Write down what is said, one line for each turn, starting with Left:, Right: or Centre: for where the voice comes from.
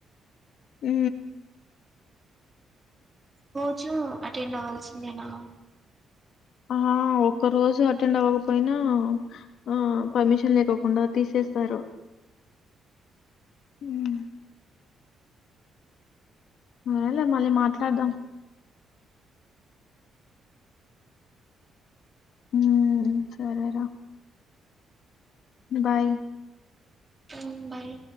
Left: ఊ.
Right: రోజు అటెండ్ అవ్వాల్సిందేనా.
Left: ఆ ఒక్క రోజు అటెండవ్వకపోయినా. ఆ పర్మిషన్ లేకోకుండా తీసేస్తారు. ఉహ్ సర్లే మళ్ళీ మాట్లాడ్దాం. ఊ సరేరా. బాయ్.
Right: Um bye